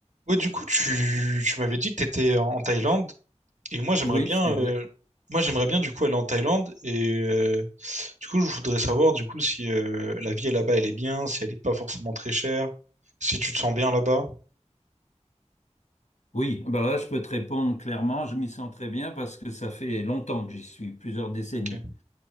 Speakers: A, on the right; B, on the left.
A: Ouais, du coup, tu, tu m'avais dit que tu étais en en Thaïlande et moi j'aimerais
B: Oui,
A: bien
B: c'est exact.
A: euh, moi j'aimerais bien du coup aller en Thaïlande et euh, du coup, je voudrais savoir du coup si euh, la vie là-bas elle est bien, si elle est pas forcément très chère, si tu te sens bien là-bas.
B: Oui, ben là, je peux te répondre clairement, je m'y sens très bien parce que ça fait longtemps que j'y suis, plusieurs décennies.
A: OK.